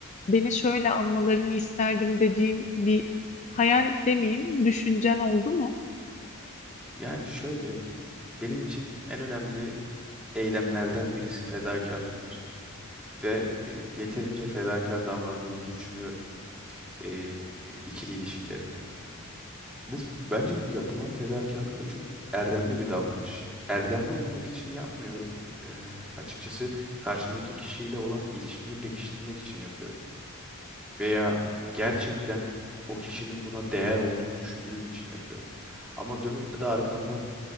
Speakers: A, on the left; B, in the centre.
A: beni şöyle anmalarını isterdim dediğin bir hayal demeyeyim, düşüncen oldu mu?
B: Yani şöyle, benim için en önemli eylemlerden birisi fedakarlıktır. ve e, yeterince fedakar davrandığımı düşünüyorum e, e, ikili ilişkilerimde. Bu bence bu yapılan fedakarlık da çok erdemli bir davranış. Erdemli olmak için yapmıyorum. E, açıkçası karşımdaki kişiyle olan ilişkimi pekiştirmek için yapıyorum. Veya gerçekten o kişinin buna değer olduğunu düşündüğüm için yapıyorum. Ama dönüp de arkamdan